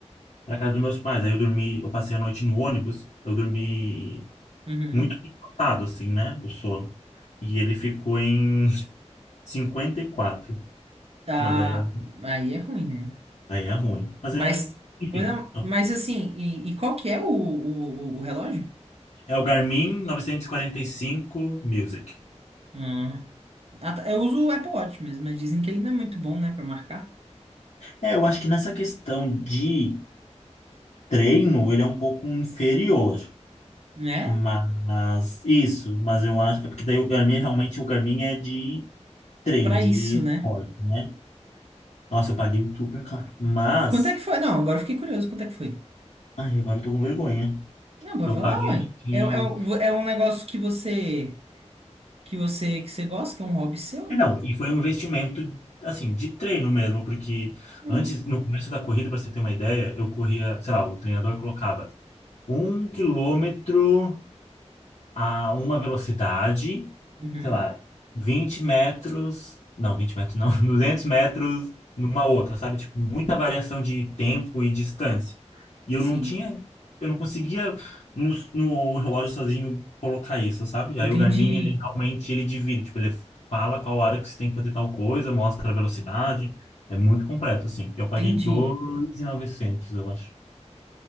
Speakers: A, on the left; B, on the right.
A: pra casa dos meus pais. Aí eu dormi, eu passei a noite no ônibus, eu dormi
B: Uhum.
A: muito picotado, assim, né? O sono. E ele ficou em <laughs> cinquenta e quatro
B: Tá.
A: Mas aí, é-
B: Aí é ruim, né?
A: aí é ruim. Mas
B: Mas,
A: é. Enfim,
B: mas, é- um, mas assim, e, e qual que é o, o, o o relógio?
A: é o Garmin novecentos e quarenta e cinco Music.
B: Hum. Ah, tá. Eu uso o Apple Watch mesmo, mas dizem que ele não é muito bom, né, pra marcar,
A: É, eu acho que nessa questão de treino, ele é um pouco inferior.
B: né?
A: Mas isso, mas eu acho. É porque daí o Garmin, realmente, o Garmin é de treino,
B: Pra
A: de
B: isso,
A: esporte,
B: né?
A: né? Nossa, eu paguei super caro. Mas.
B: Quanto é que foi? Não, agora eu fiquei curioso. Quanto é que foi?
A: Ai, agora eu tô com vergonha.
B: Não, pode
A: Eu
B: falar,
A: paguei,
B: ué.
A: acho que.
B: É, é, um- é um negócio que você que você que você gosta, que é um hobby seu,
A: É,
B: né?
A: não, e foi um investimento, assim, de treino mesmo, porque
B: Uhum.
A: antes, no começo da corrida, pra você ter uma ideia, eu corria, sei lá, o treinador colocava um quilômetro. a uma velocidade,
B: Uhum.
A: sei lá, 20 metros, não, 20 metros não, <laughs> 200 metros numa outra, sabe? Tipo, muita variação de tempo e distância. E eu
B: Sim.
A: não tinha, eu não conseguia no, no relógio sozinho colocar isso, sabe?
B: Entendi.
A: Aí o Garmin, ele realmente, ele divide, tipo, ele fala qual hora que você tem que fazer tal coisa, mostra a velocidade, é muito completo, assim. Eu paguei
B: Entendi.
A: dois mil e novecentos, eu acho.